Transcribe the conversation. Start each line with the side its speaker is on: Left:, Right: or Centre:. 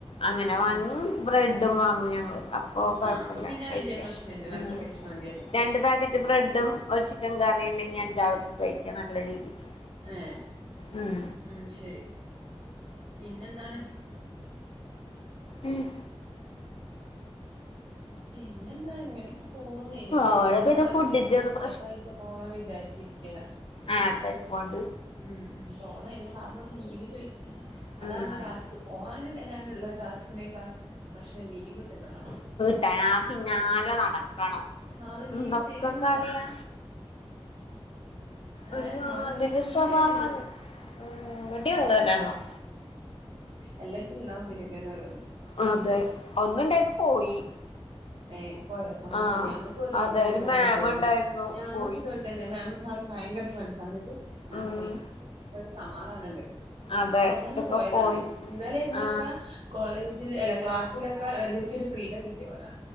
Left: അങ്ങനെ വാങ്ങി.
Right: അത് ശരി
Left: ബ്രെഡും വാങ്ങും ഞങ്ങള്. അപ്പൊ കൊഴപ്പില്ല
Right: ആഹ് അപ്പൊ പിന്നെ
Left: കഴിക്ക.
Right: വല്യ പ്രശ്നല്ലല്ലോ
Left: ഉം.
Right: അത്ര പൈസ മതിയല്ലോ
Left: രണ്ട് പാക്കറ്റ് ബ്രെഡും ഒരു ചിക്കൻ കറിണ്ടെങ്കി അഞ്ചാൾക്ക് കഴിക്ക നല്ല രീതിക്ക്.
Right: ഏഹ്
Left: ഉം.
Right: ഉം ശരി. പിന്നെന്താണ്?
Left: ഉം
Right: പിന്നെന്താ ഇങ്ങനെ. പ്പ പോന്നേനി ഇനിപ്പോ
Left: അവിടെ
Right: ഞാനും
Left: പിന്നെ
Right: നാട്ട്ല്
Left: ഫുഡിന്റെ ഒന്നും
Right: അട്ത്തഴ്ച പോണ വിചാരിച്ചിരിക്കല.
Left: ആഹ് അടുത്താഴ്ച പോണ്ട്.
Right: ഉം ഉം പോണം. ഇനി സാറിനോട് ലീവ് ചോദിക്കാന്ന്. അതാണ്
Left: ഉം ആയി
Right: ടാസ്ക്. ഓന് വരാനുള്ള ടാസ്കിനേക്കാൾ പ്രശ്നം ലീവ് ട്ടുന്നതാ
Left: ട്ടയാ പിന്നാല നടക്കണ
Right: സാറ് ലീവ്
Left: ന്തൊക്കെ
Right: തരൂല
Left: കളിയാ. ഒരു
Right: ഏഹ്
Left: മാതിരി
Right: സാറ് ലീവ് തീരെ
Left: സ്വഭാവമാണ്.
Right: തരൂല
Left: ഇവിടിയുണ്ട് ഒരെണ്ണം.
Right: എല്ലാടുത്തും ഇണ്ടാവും പിന്നെ ഇങ്ങനെ ഓരോന്ന്.
Left: അതെ ഒന്നുണ്ടായത് പോയി.
Right: ഏഹ് പോയാ സമാധാനായി
Left: ആ
Right: ഞങ്ങക്കു ഇതുപോലെ
Left: അതെ
Right: ഒരു മാമ്
Left: മാം
Right: ണ്ടേര്ന്നു
Left: ഉണ്ടായിരുന്നു
Right: ഞങ്ങക്
Left: പോയി
Right: തു പോൽ അ തന്നെ മാം സാറും ഭയങ്കര ഫ്രണ്ട്സ. എന്നിട്ട് മാം
Left: ഉം
Right: പോയി. ഇപ്പൊ ഒരു സമാധാനംണ്ട്.
Left: അതെ
Right: മെഞ്ഞാന്ന്
Left: ഇപ്പൊ
Right: പോയതാണ്
Left: പോയി
Right: ഇന്നലെ ഇന്നൊക്ക
Left: ആ
Right: കോളേജ്. <unintelligible> ക്ലാസിലൊക്കെ എനിക്കൊരു ഒരു ഫ്രീഡം കിട്ടിയ പോലാ.